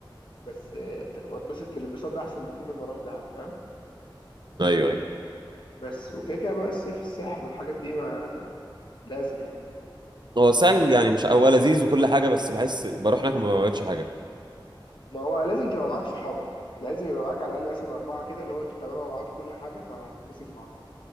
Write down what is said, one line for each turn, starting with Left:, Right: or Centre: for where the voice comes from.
Left: بس آه، ت- واتبسط الانبساط ده احسن بكتير من ما اروح دهب فاهم
Right: أيوه أيوه
Left: بس وكده كده بقى الصيف الساحل والحاجات دي ما لازم يعني
Right: هو سهل يعني مش هو لذيذ وكل حاجة بس بحس بروح هناك ما بعملش حاجة
Left: ما هو لازم تبقى معاك صحابك لازم يبقى معاك على الاقل مثلا اربعه كده اللي هو انتوا بتعملوا مع بعض كل حاجه فهتنبسط معاهم